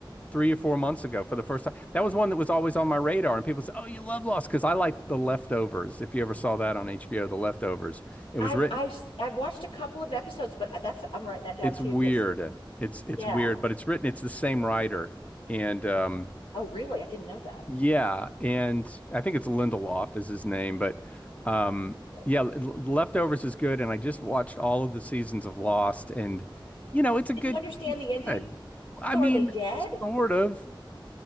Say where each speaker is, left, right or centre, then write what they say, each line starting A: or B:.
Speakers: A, on the left; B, on the left.
A: three or four months ago for the first time. That was one that was always on my radar and people say, "Oh, you love Lost" because I like The Leftovers. If you ever saw that on HBO, The Leftovers. It
B: I've
A: was written
B: I've I've watched a couple of episodes, but that's I'm writing that down
A: It's
B: too
A: weird.
B: because
A: It's it's
B: yeah.
A: weird, but it's written. It's the same writer, and um,
B: Oh, really? I didn't know that.
A: yeah, and I think it's Lindelof is his name, but um,
B: So,
A: yeah, L- L- Leftovers is good, and I just watched all of the seasons of Lost, and you know, it's a good,
B: Did you understand
A: it's
B: the ending?
A: good. I
B: So
A: mean,
B: are they dead?
A: sort of.